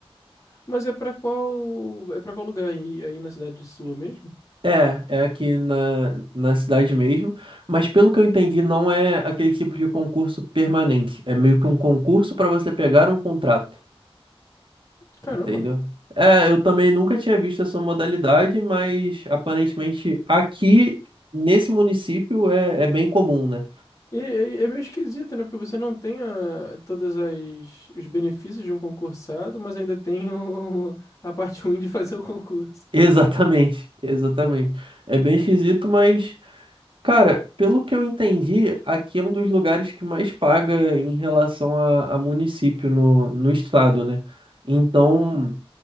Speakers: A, on the left; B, on the right.
A: mas é pra qual, é para qual lugar aí, aí na cidade sua mesmo?
B: É, é aqui na, na cidade mesmo, mas pelo que eu entendi, não é aquele tipo de concurso permanente. É meio que um concurso para você pegar um contrato.
A: Caramba.
B: Entendeu? É, eu também nunca tinha visto essa modalidade, mas aparentemente aqui nesse município é, é bem comum, né?
A: E, e- é meio esquisito, né? Porque você não tem a, todas as os benefícios de um concursado, mas ainda tem o- <laughs> a parte ruim de fazer o concurso.
B: <laughs> Exatamente, exatamente. É bem esquisito, mas, cara, pelo que eu entendi, aqui é um dos lugares que mais paga em relação a, a município no, no estado, né? Então,
A: Uhum.